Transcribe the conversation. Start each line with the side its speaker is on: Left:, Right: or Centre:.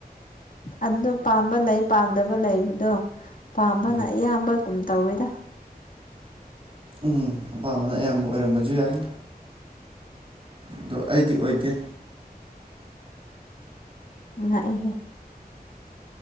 Left: ꯑꯗꯣ ꯄꯥꯝꯕ ꯂꯩ ꯄꯥꯝꯗꯕ ꯂꯩꯕꯗꯣ ꯄꯥꯝꯕꯅ
Right: ꯎꯝ
Left: ꯑꯌꯥꯝꯕ ꯀꯨꯝ ꯇꯧꯋꯦꯗ
Right: ꯎꯝ ꯑꯄꯥꯝꯕꯅ ꯑꯌꯥꯝꯕ ꯑꯣꯏꯔꯝꯕꯁꯨ ꯌꯥꯏ ꯑꯗꯣ ꯑꯩꯗꯤ ꯑꯣꯏꯗꯦ
Left: ꯉꯛꯑꯦꯍꯦ